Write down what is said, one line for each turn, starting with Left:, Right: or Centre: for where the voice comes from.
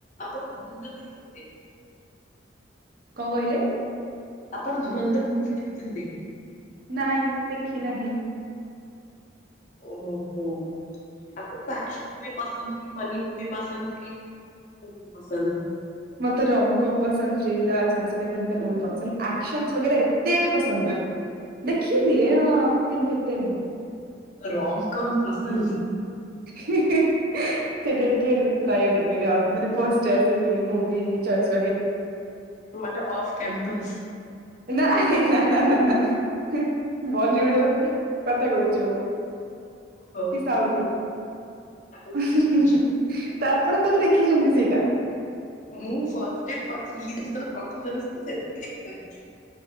Left: ଆପଣ ଧୁରନ୍ଧର ଦେଖିଥିବେ।
Right: କଣ କହିଲେ?
Left: ଆପଣ ଧୁରନ୍ଧର ମୁଭି ଦେଖିଛନ୍ତି?
Right: ନାଇଁ ଦେଖି ନାହିଁ।
Left: ଓହୋ! ଆପଣଙ୍କୁ ଆକ୍ସନ ମୁଭି ପସନ୍ଦ କି! ଫନି ମୁଭି ପସନ୍ଦ କି କଣ ପସନ୍ଦ?
Right: ମତେ ରମ୍କମ୍ ପସନ୍ଦ ଥ୍ରିଲାର ସାସ୍। <unintelligible>
Left: ଓ
Right: ମୁଭି ପସନ୍ଦ ଆକ୍ସନ ବଗେରା ଏତେ ପସ୍ ଥଙ୍ଗ୍ରା। ଦେଖିବି
Left: ଓ
Right: ଏ ହଁ କେମତି ଦେ ଏତେ ନୁହେଁ।
Left: ରମ କମ୍ ପସନ୍ଦ।
Right: ହିଁ ହିଁ ହିଁ। ସେଟା ଟିକେ ପ୍ରାୟୋରିଟି ଅ ମାନେ ଫାଷ୍ଟ ଆସେ ମୁଭି ଚଏସ।
Left: ମାନେ ଅଫ କେମ୍ପସ।
Right: ନାଇଁ। ନା ନା ନା ନା ହିଁ। ବଲିଉଡ କଥା କହୁଛି ମୁଁ।
Left: ଓହୋ
Right: କି ସାଉଥ ହେଲା।
Left: ତାହେଲେ
Right: ଉଁହୂଁ
Left: ଠିକ
Right: ହୂଁ
Left: ଅଛି।
Right: ହୂଁ ତ ଆପଣ ତାହେଲେ ଦେଖ୍ ଦେଖିଛନ୍ତି ସେଇଟା।
Left: ମୁଁ ଫାଷ୍ଟ ଡେ <unintelligible> ରିଲିଜ୍ ଯେତେବେଳେ ପ୍ରଥମ <unintelligible>